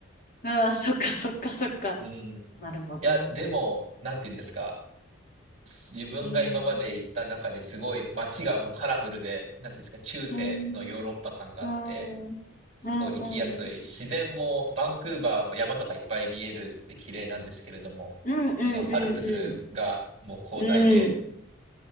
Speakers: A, on the left; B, on the right.
A: ああ、そっかそっかそっか。
B: うん。い
A: なるほど。
B: や、でも、なんて言うんですか。自分が今まで行った中ですごい街がもうカラフルで、
A: うん。
B: なんていうんですか、中世のヨーロッパ感があって、
A: うん。うん。うん。
B: すごい行きやすい。
A: うん。うん。うん。
B: 自然もバンクーバーも山とかいっぱい見えるって綺麗なんですけれども、
A: うん。うん。
B: そのアルプスがもう広大で
A: うん。